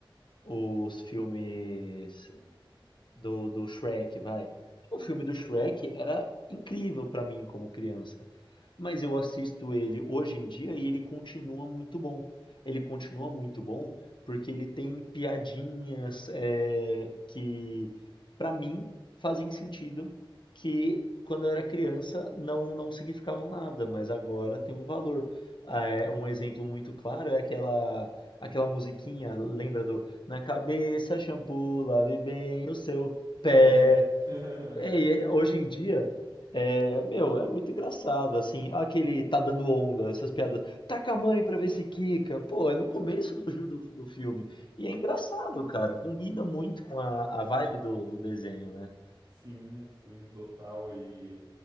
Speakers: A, on the left; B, on the right.
A: os filmes do, do Shrek, vai. O filme do Shrek era incrível pra mim como criança, mas eu assisto ele hoje em dia e ele continua muito bom. Ele continua muito bom porque ele tem piadinhas é, que, pra mim, fazem sentido, que quando eu era criança não, não significavam nada, mas agora tem um valor. Ah, é, um exemplo muito claro é aquela, aquela musiquinha, lembra do na cabeça, shampoo, lave bem o seu pé.
B: É. <laughs>
A: Ei, é- hoje em dia, é, meu, é muito engraçado, assim, aquele tá dando onda, essas piadas. Taca a mãe pra ver se quica. Pô, é no começo do, ju- do, do filme. E é engraçado, cara, combina muito com a, a vibe do, do desenho, né?
B: Sim, sim, total. E